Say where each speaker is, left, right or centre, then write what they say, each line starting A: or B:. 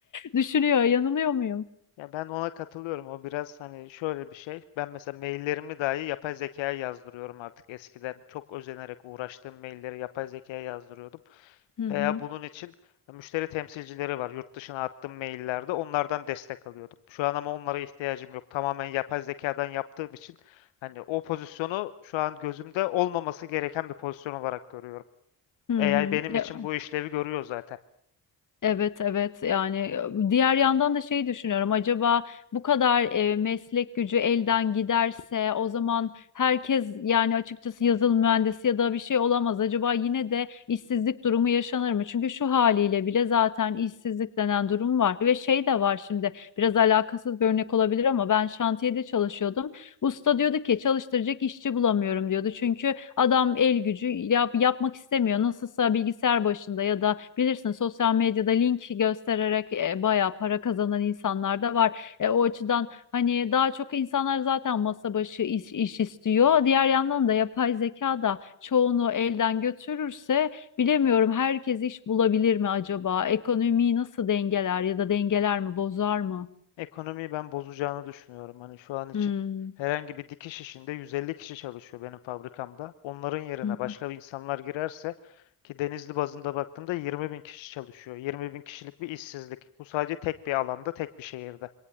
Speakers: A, on the left; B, on the left.
A: Düşürüyor. Yanılıyor muyum?
B: Ya ben ona katılıyorum. O biraz hani şöyle bir şey. Ben mesela maillerimi dahi yapay zekaya yazdırıyorum artık. Eskiden çok özenerek uğraştığım mailleri yapay zekaya yazdırıyordum.
A: Hı hı.
B: Veya bunun için müşteri temsilcileri var. Yurt dışına attığım maillerde onlardan destek alıyordum. Şu an ama onlara ihtiyacım yok. Tamamen yapay zekadan yaptığım için hani o pozisyonu şu an gözümde olmaması gereken bir pozisyon olarak görüyorum.
A: Hı
B: AI
A: hı.
B: benim
A: Ya,
B: için bu işlevi görüyor zaten.
A: evet evet yani e, diğer yandan da şeyi düşünüyorum acaba bu kadar e, meslek gücü elden giderse o zaman herkes yani açıkçası yazılım mühendisi ya da bir şey olamaz acaba yine de işsizlik durumu yaşanır mı? Çünkü şu haliyle bile zaten işsizlik denen durum var ve şey de var şimdi biraz alakasız bir örnek olabilir ama ben şantiyede çalışıyordum. Usta diyordu ki çalıştıracak işçi bulamıyorum diyordu. Çünkü adam el gücü yap, yapmak istemiyor. Nasılsa bilgisayar başında ya da bilirsin sosyal medyada link göstererek e, bayağı para kazanan insanlar da var. E, o açıdan hani daha çok insanlar zaten masa başı iş, iş istiyor. Diğer yandan da yapay zeka da çoğunu elden götürürse bilemiyorum herkes iş bulabilir mi acaba? Ekonomiyi nasıl dengeler ya da dengeler mi bozar mı?
B: Ekonomiyi ben bozacağını düşünüyorum. Hani şu an için
A: Hmm.
B: herhangi bir dikiş işinde 150 kişi çalışıyor benim fabrikamda. Onların yerine
A: Hı hı.
B: başka bir insanlar girerse ki Denizli bazında baktığımda 20 bin kişi çalışıyor. 20 bin kişilik bir işsizlik. Bu sadece tek bir alanda, tek bir şehirde.